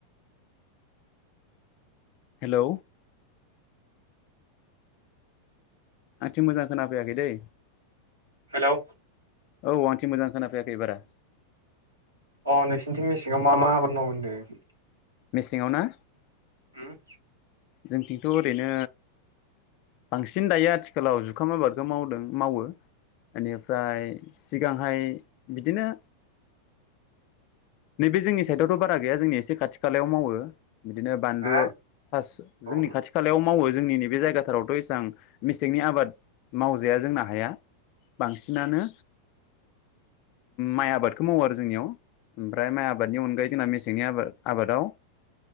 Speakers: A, on the left (about 40°); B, on the right (about 75°).
A: हेलौ आंनिथिं मोजां खोनाफैयाखै दै
B: हेल
A: औ आंनिथिं मोजां खोनाफैायाखै बारा।
B: अ नोंसोरनिथिं मेसेङाव मा मा आबाद मावयो होनदों
A: मेसेङाव ना
B: उम
A: जोंथिंथ ओरैनो बांसिन दायो आथिखालाव जुखाम आबादखौ मावदों मावो एनिफ्राय सिगांहाय बिदिनो नैबे जोंनि साइडआवथ बारा गैया जोंनि एसे खाथि खालायाव मावो बिदिनो बानलु
B: हा
A: खास
B: औ
A: जोंनि खाथि खालायाव मावो जोंनि बे जायगाफ फोथारावथ इसेबां मेसेंनि आबाद मावजाया जोंना हाया बांसिनानो माइ आबादखौ मावो आरो जोंनियाव ओमफ्राय माइ आबादनि अनगायै जोंना मेसेंनि आबादाव